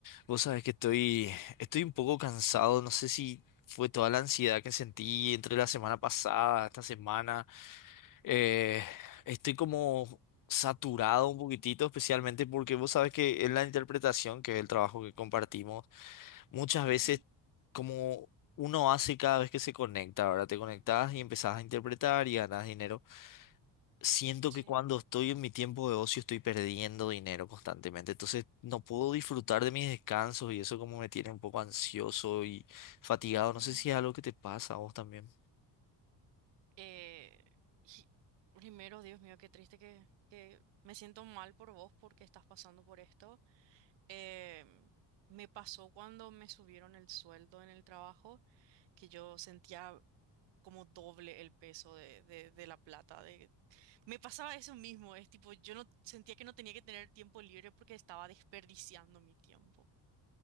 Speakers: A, on the left (about 50°); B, on the right (about 90°).
A: Vos sabés que estoy, estoy un poco cansado, no sé si fue toda la ansiedad que sentí entre la semana pasada, esta semana. Eh, estoy como saturado un poquitito, especialmente porque vos sabés que en la interpretación, que es el trabajo que compartimos, muchas
B: Ujú,
A: veces como uno hace cada vez que se conecta, ahora te conectás y empezás a interpretar y ganas dinero siento
B: Sí.
A: que cuando estoy en mi tiempo de ocio estoy perdiendo dinero constantemente, entonces no puedo disfrutar de mis descansos y eso como me tiene un poco ansioso y fatigado. No
B: Mm,
A: sé si es algo que te pasa a vos también.
B: eh, y- primero, Dios mío, qué triste que, que me siento mal por vos porque estás pasando por esto. Em, me pasó cuando me subieron el sueldo en el trabajo, que yo sentía como doble el peso de, de, de la plata. De... Me pasaba eso mismo, es tipo, yo no sentía que no tenía que tener tiempo libre porque estaba desperdiciando mi tiempo.